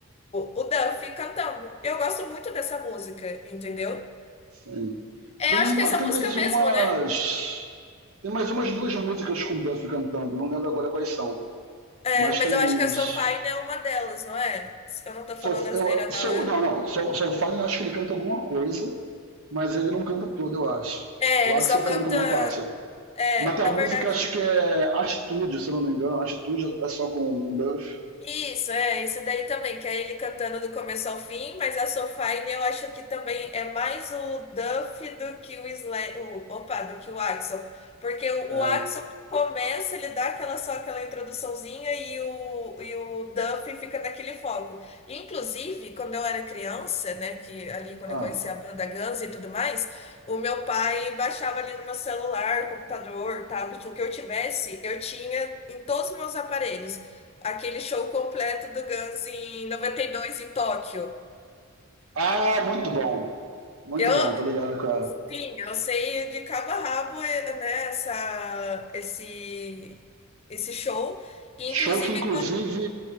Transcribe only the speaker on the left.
o Duffy cantando. Eu gosto muito dessa música, entendeu?
É,
acho
que é essa
música
mesmo,
né?
É,
mas
eu acho
que a Sofine é uma delas, não é? Eu não tô
falando asneira,
não,
né?
É,
ele
só
canta.
É,
na
verdade.
Isso, é, isso daí também, que é ele cantando do começo ao fim, mas a Soulfly eu acho que também é mais o Duff do que o Sla o, opa, do que o Axl, porque o,
o Axl começa, ele dá aquela só aquela introduçãozinha e o, e o Duff fica naquele foco. Inclusive, quando eu era criança, né, que ali quando
eu conheci a banda Guns e tudo mais, o meu pai baixava ali no meu celular, computador, tablet, o que eu tivesse, eu tinha em todos os meus aparelhos aquele show completo do Guns em 92 em Tóquio.
Eu,
sim, eu sei de cabo a rabo, eh, né, essa, esse, esse show. E,
inclusive,